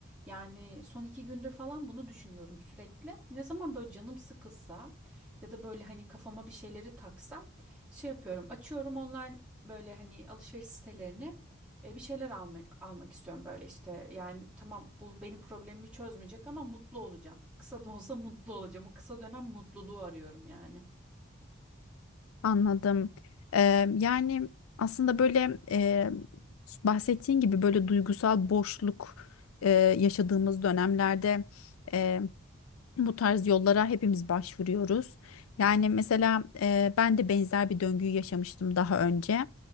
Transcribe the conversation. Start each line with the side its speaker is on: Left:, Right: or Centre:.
Centre: yani son iki gündür falan bunu düşünüyorum sürekli. Ne zaman böyle canım sıkılsa ya da böyle hani kafama bir şeyleri taksam şey yapıyorum. Açıyorum online böyle hani alışveriş sitelerini e, bir şeyler alma, almak istiyorum böyle işte. Yani tamam bu benim problemimi çözmeyecek ama mutlu olacağım. Kısa da olsa mutlu olacağım. O kısa dönem mutluluğu arıyorum yani.
Left: Anladım. Ee, yani aslında böyle e, bahsettiğin gibi böyle duygusal boşluk e, yaşadığımız dönemlerde e, bu tarz yollara hepimiz başvuruyoruz. Yani mesela e, ben de benzer bir döngüyü yaşamıştım daha önce.